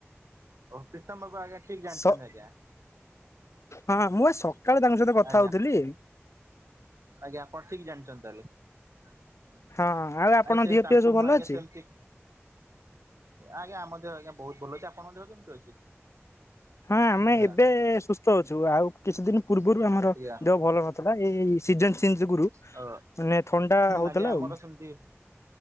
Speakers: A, on the right; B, on the left.
A: ପ୍ରୀତମ ବାବୁ ଆଜ୍ଞା ଠିକ ଜାଣିଛନ୍ତି
B: ସ
A: ଆଜ୍ଞା
B: ହଁ ମୁଁ ଏ ସକାଳେ ତାଙ୍କ ସହିତ କଥା
A: ଆଜ୍ଞା
B: ହଉଥିଲି।
A: ଆଜ୍ଞା ଆପଣ ଠିକ ଜାଣିଛନ୍ତି ତାହେଲେ ହୁଁ
B: ହଁ ଆଉ ଆପଣଙ୍କ
A: ନାଇଁ ସେ
B: ଦିହ
A: ତାଙ୍କୁ
B: ଫିଅ ସବୁ ଭଲ
A: ମୁଁ ଆଜ୍ଞା
B: ଅଛି?
A: ସେମିତି ଆଜ୍ଞା ଆଜ୍ଞା ଆଜ୍ଞା ବହୁତ ଭଲ ଅଛି ଆପଣ ମଧ୍ୟ କେମିତି ଅଛି।
B: ହଁ ଆମେ
A: ଆଜ୍ଞା
B: ଏବେ ସୁସ୍ଥ ଅଛୁ ଆଉ କିଛି ଦିନ ପୂର୍ବରୁ ଆମର
A: ଆଜ୍ଞା
B: ଦେହ ଭଲ ନଥିଲା ଏଇ ସିଜନ ଚେଞ୍ଜ ଯୋଗୁରୁ
A: ଅ
B: ମାନେ ଥଣ୍ଡା ହଉଥିଲା
A: ଆଜ୍ଞା ଆମର
B: ଆଉ
A: ସେମିତି